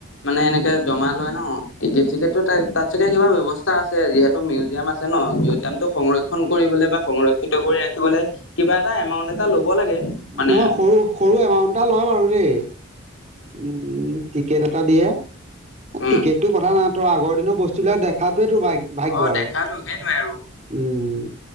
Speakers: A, on the left (about 80°); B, on the right (about 35°).
A: মানে এনেকে জমা লয় ন টিকেট চিকেটটো ত তাত চাগে কিবা ব্যৱস্থা আছে যিহেতু মিউজিয়াম আছে ন মিউজিয়ামটো সংৰক্ষণ কৰিবলে বা সংৰক্ষিত কৰি ৰাখি খিবলে কিবা এটা এমাউন্ট এটা লব লাগে। মানে
B: নহয় সৰু সৰু এমাউন্ট এটা লয় বাৰু দেই উম। টিকেট এটা দিয়ে, এ
A: উম
B: টিকেটটো কথা নাই তই আগৰ দিনৰ বস্তু বিলাক দেখাত সেইটো ভাগ ভাগ্য
A: অ
B: আৰু
A: দেখাতো সেইটোৱে আৰু
B: উম।